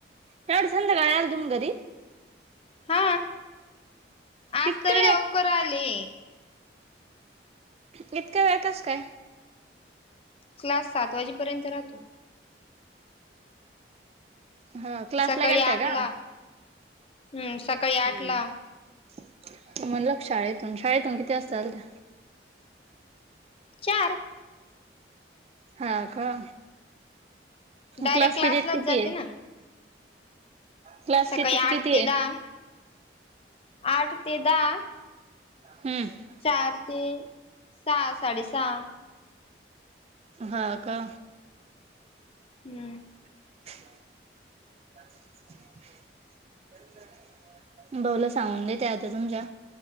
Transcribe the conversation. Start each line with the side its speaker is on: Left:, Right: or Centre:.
Right: एवढ संध्याकाळ आलं तुम घरी?
Left: हा आज
Right: इतका
Left: तरी लवकर आली.
Right: इतकं वेळ कस काय?
Left: क्लास सात वाजीपर्यंत राहतो.
Right: अ <inaudible> हा क्लासला
Left: सकाळी
Right: गेलता
Left: आठ
Right: का?
Left: ला हम्म सकाळी आठ
Right: म्हणल
Left: ला
Right: शाळेतून शाळेतून किती वासता आलता.
Left: चार
Right: हा का.
Left: डायरेक्ट
Right: क्लास
Left: क्लासलाच
Right: किती ते कितीय?
Left: जाते ना
Right: क्लास
Left: सकाळी
Right: किती ते
Left: आठ
Right: कितीय?
Left: दहा आठ ते दहा.
Right: हम्म
Left: चार ते सहा साडे सहा.
Right: हा का.
Left: हम्म
Right: <unintelligible> भाऊला सांगून दे ते आता तुमच्या